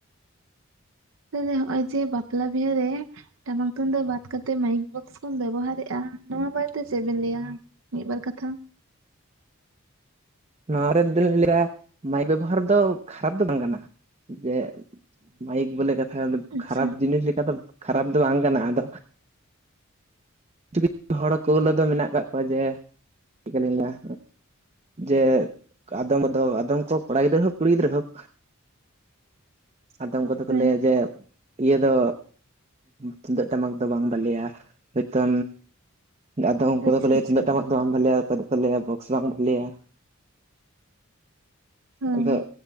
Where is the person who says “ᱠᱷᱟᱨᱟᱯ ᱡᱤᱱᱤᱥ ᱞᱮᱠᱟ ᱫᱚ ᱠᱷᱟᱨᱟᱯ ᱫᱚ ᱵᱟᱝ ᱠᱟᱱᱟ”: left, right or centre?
Right